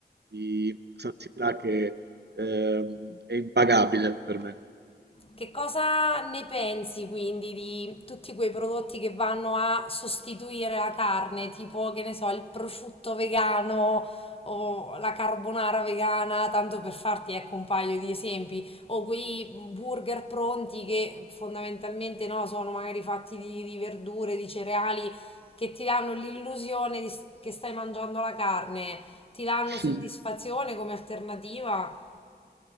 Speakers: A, on the right; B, on the left.
A: di sazietà che, ehm, è impagabile per me.
B: Che cosa ne pensi quindi di tutti quei prodotti che vanno a sostituire la carne, tipo che ne so, il prosciutto vegano o la carbonara vegana, tanto per farti ecco un paio di esempi, o quei burger pronti che fondamentalmente no, sono magari fatti di, di verdure, di cereali, che ti danno l'illusione di s- che stai mangiando la carne, ti danno
A: <laughs>
B: soddisfazione come alternativa?